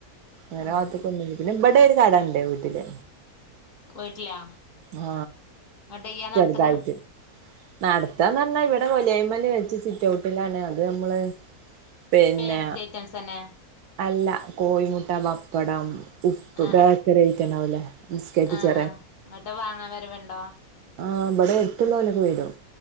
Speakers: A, on the right; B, on the left.
A: അങ്ങനെ
B: ഉം
A: കാത്ത്ക്കൊന്നുല്ല്യ പിന്നെ ഇം ഇവിടെ ഒരു കടണ്ട് വീട്ടില്
B: വീട്ടിലാ
A: ആ
B: എന്നിട്ട് ഇയ്യാ നടത്തണെ
A: ചെറ്തായിട്ട് നടത്താന്ന് പറഞ്ഞ ഇവ ഇടെ കൊലായ്‌മ്മല് വെച്ച് സിറ്റ് ഔട്ടിലാണ് അത് നമ്മള് പിന്നെ
B: പേൻസി ഐറ്റംസന്നെ
A: അല്ല കോഴിമുട്ട പപ്പടം ഉപ്പ്
B: ആഹ്
A: ബേക്കറി
B: ആഹ്
A: ഐറ്റം ഉണ്ടാവല്ലേ മസ്ട്ട
B: ആഹ്
A: ചേറ
B: ആഹ് എന്നിട്ട് വാങ്ങാൻ വരവുണ്ടോ
A: ആ ഇവിടെ എത്തുള്ള പോലെയൊക്കെ വരും